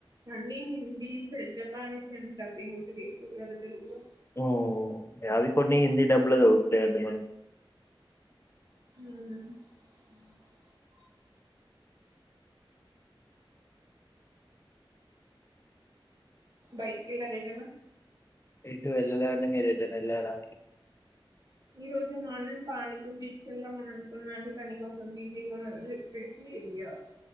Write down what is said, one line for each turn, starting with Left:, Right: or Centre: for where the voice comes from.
Right: అన్నీ హిందీచే జపానీష్ అన్ డబ్బింగ్ ఒకటి తీస్తున్నరా తెలుగులో
Left: ఉఉ యాది కొన్ని హిందీ డబ్లో దొరుకుతాయట మేడం
Right: యధ బయటికెళ్ళారా ఎటన్నా
Left: ఎటు వెళ్ళాలే అండి మీరు ఎటైనా ఎళ్లారా
Right: ఈరోజు మా అన్నని పానీ పూరికి తీసుకెళ్లామని అనుకున్న కాని కొంచెం బిజీగా ఉన్న అని చెప్పేసి ఇగా